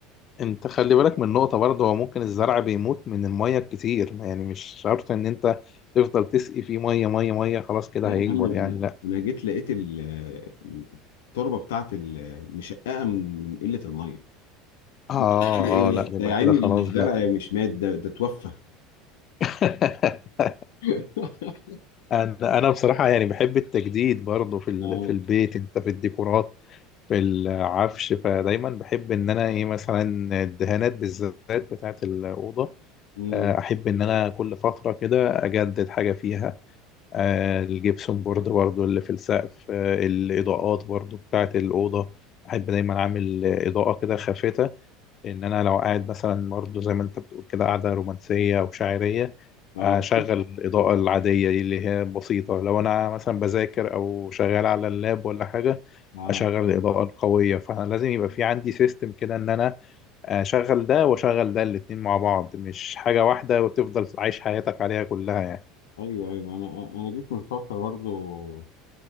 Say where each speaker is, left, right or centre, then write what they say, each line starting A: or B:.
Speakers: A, on the left (about 40°); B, on the left (about 75°).
A: انت خلي بالك من نقطة برضه هو ممكن الزرع بيموت من المية الكتير يعني مش شرط ان انت تفضل تسقي فيه مية مية مية خلاص كده
B: لا يا
A: هيكبر
B: معلم
A: يعني
B: انا
A: لا
B: انا جيت لقيت ال- ال- التربه بتاعت ال- مشققه من قله الميه
A: اه
B: <laughs> ايه
A: اه لا
B: ده
A: يبقى
B: يا عيني
A: كده خلاص
B: الزرع
A: بقى
B: مش مات ده ده توفى
A: <laughs>
B: <laughs>
A: انا انا بصراحة يعني بحب التجديد برضه في ال...
B: اه
A: في البيت انت في الديكورات في العفش فدايما بحب ان انا ايه مثلا الدهانات بالذات بتاعت الأوضة
B: مم.
A: آه، احب ان انا كل فتره كده اجدد حاجه فيها آه، الجبسون بورد برضو اللي في السقف آه، الاضاءات برضو بتاعه الاوضه احب دايما اعمل آه، اضاءه كده خافته ان انا لو قاعد مثلا برضو زي ما انت بتقول كده قاعده رومانسيه او شاعريه
B: اه
A: اشغل الاضاءه العاديه دي اللي هي بسيطه لو انا مثلا بذاكر او شغال على اللاب ولا حاجه
B: اه
A: اشغل الاضاءه القويه فانا لازم يبقى في عندي سيستم كده ان انا آه، شغل ده وشغل ده الاتنين مع بعض مش حاجة واحدة وتفضل عايش حياتك عليها كلها يعني
B: ايوه ايوه انا انا جيت من فتره برضو